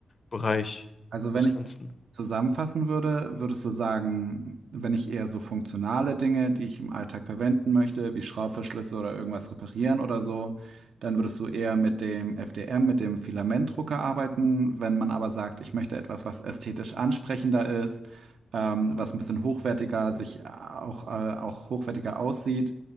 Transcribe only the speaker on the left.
Bereich
des Ganzen.